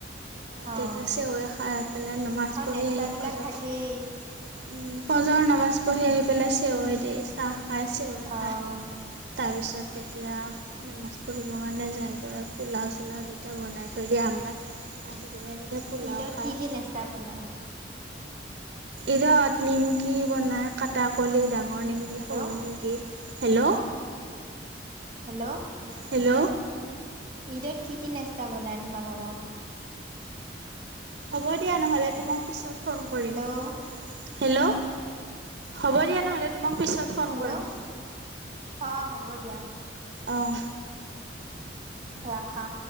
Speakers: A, on the right; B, on the right.
A: অ',
B: তেতিয়া চেৱৈ খাই পেলাই নমাজ
A: আৰু
B: পঢ়ি
A: নেস্তাবিলাক
B: আহি ফজল
A: থাকেই।
B: পজৰ নামাজ পঢ়ি আহি পেলাই চেৱৈ দিয়ে চাহ খায় চেৱৈ
A: অ',
B: খায়। তাৰপিছত তেতিয়া নামাজ পঢ়িবৰ কাৰণে যায়গৈ পোলাও চোলাও তে এয়া বনাই থৈ দিয়ে আমাৰ আহি পেলাই তেতিয়া পোলাও
A: ঈদত
B: খায়।
A: কি কি নেস্তা বনাই?
B: ইদত নিমকি বনাই কাটাকলি ডাঙৰ নিমকি
A: হেল্ল',
B: সৰু নিমকি। হেল্ল'।
A: হেল্ল'।
B: হেল্ল'।
A: ঈদত কি কি নেস্তা বনায় তোমালোকৰ?
B: হ'ব দিয়া নহ'লে তোমাক পিছত ফোন কৰিম,
A: হেল্ল',
B: হেল্ল'। হ'ব দিয়া নহ'লে তোমাক পিছত ফোন
A: হেল্ল'।
B: কৰিম।
A: অ', হ'ব দিয়া
B: অহ।
A: ৰাখা।